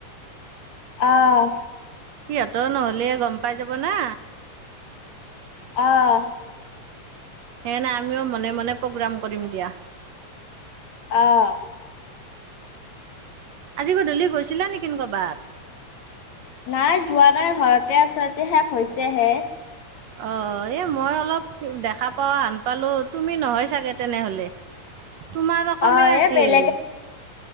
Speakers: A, on the left; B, on the right.
A: অ'
B: সিহঁতে নহ'লে গ'ম পাই যাব না।
A: অ'
B: সেইকাৰণে আমিও মনে মনে প্ৰগ্ৰাম কৰিম দিয়া।
A: অ'
B: আজি গধূলি গৈছিলা নেকি ক'ৰবাত?
A: নাই, যোৱা নাই ঘৰত তে আছোঁ আজি শেষ হৈছেহে।
B: অ' এই মই অলপ দেখা পোৱা হান পালো, তুমি নহয় চাগে তেনেহ'লে। তোমাৰ ৰকমে
A: অ
B: আছিল
A: এ বেলেগে